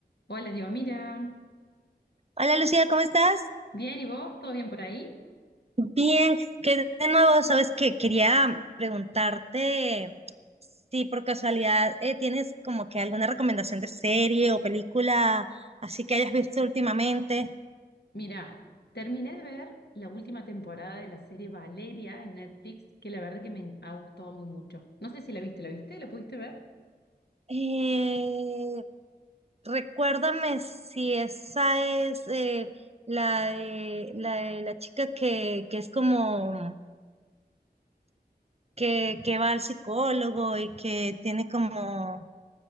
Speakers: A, on the left (about 75°); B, on the right (about 35°).
A: Hola, Dios, mira.
B: Hola Lucía, ¿cómo estás?
A: Bien, ¿y vos? ¿Todo bien por ahí?
B: Bien, que de nuevo, sabes que quería preguntarte si por casualidad eh, tienes como que alguna recomendación de serie o película así que hayas visto últimamente.
A: Mira, terminé de ver la última temporada de la serie Valeria en Netflix, que la verdad que me ha gustado muy mucho. No sé si la viste, ¿la viste? ¿La pudiste ver?
B: Eh, recuérdame si esa es eh, la de, la de la chica que, que es como que, que va al psicólogo y que tiene como...